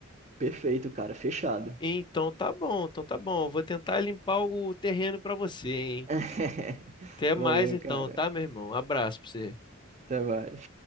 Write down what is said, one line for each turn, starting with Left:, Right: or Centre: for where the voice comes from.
Right: Perfeito, cara, fechado.
Left: Então tá bom, então tá bom. Eu Vou tentar limpar o terreno pra você, hein?
Right: <laughs>
Left: Até mais
Right: Valeu,
Left: então,
Right: cara.
Left: tá, meu irmão? Abraço pra você.
Right: Até mais.